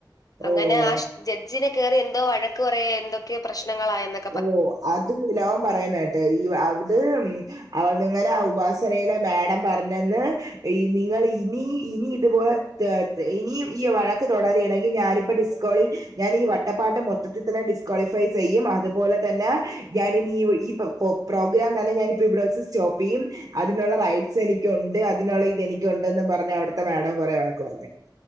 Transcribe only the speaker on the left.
അങ്ങനെ
ആശ് ജഡ്ജിനെ കേറി എന്തോ വഴക്ക് പറയോ എന്തൊക്കെ പ്രശ്നങ്ങളായന്നൊ